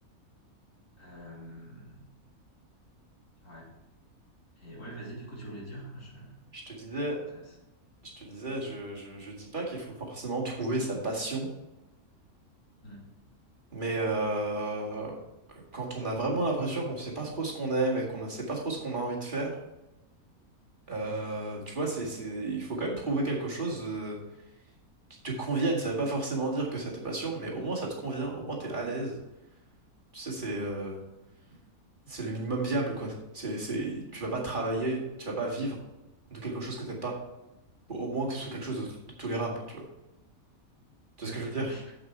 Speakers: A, on the left; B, on the right.
A: euh, ouais. Et ouais, vas-y. Du coup, tu voulais dire? Je, ça
B: Je te disais,
A: m'intéresse.
B: je te disais, je, je, je dis pas qu'il faut forcément trouver sa passion,
A: Hmm.
B: mais euh, quand on a vraiment l'impression qu'on sait pas trop ce qu'on aime et qu'on ne sait pas trop ce qu'on a envie de faire, euh, tu vois, c'est, c'est, il faut quand même trouver quelque chose euh, qui te convienne. Ça veut pas forcément dire que c'est ta passion, mais au moins ça te convient, au moins t'es à l'aise. Tu sais, c'est euh, c'est le minimum viable, quoi. C'est, c'est, tu vas pas travailler, tu vas pas vivre de quelque chose que t'aimes pas. Faut au moins que ce soit quelque chose de, de tolérable, tu vois. Tu
A: Ouais.
B: vois ce que je
A: <laughs>
B: veux dire?